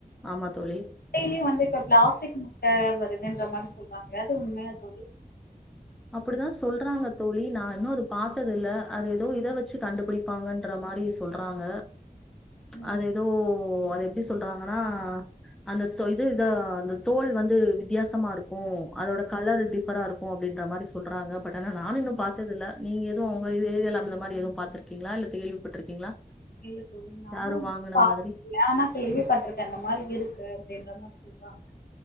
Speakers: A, in the centre; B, on the left.
A: ஆமா தோழி
B: முட்டையும் வந்து இப்ப பிளஸ்டிக் முட்ட வருதுன்ற மாதிரி சொல்றாங்களையா அது உண்மையா தோழி
A: அப்படிதா சொல்றாங்க தோழி நா இன்னு அது பாத்தது இல்ல அது ஏதோ இத வச்சு கண்டுபிடிப்பாங்கன்ற மாரி சொல்றாங்க ம்ச்
B: ம்
A: அது ஏதோ அது எப்டி சொல்றாங்கன்னா அந்த தோ இது இத அந்த தோல் வந்து வித்தியாசமா இருக்கு அதோட கலர் டிஃபரா இருக் கு அப்டின்ற மாதிரி சொல்றாங்க பட் ஆனா நானு இன்னு பாத்த தில்ல நீங்க எதுவு உங்க ஏரிய அந்த மாதிரி எதவு பாத்துருக்கீங்களா இல்ல கேள்விப்பட்டிருக்கீங்களா
B: இல்ல தோழி நானு
A: யாரும்
B: இன்னு
A: வாங்குன
B: பாத்ததில்ல
A: மாதிரி
B: ஆனா கேள்விப்பட்டுருக்கேன் அந்த மாரி இருக்கு அப்டின்ற மாரி சொல்றாங்க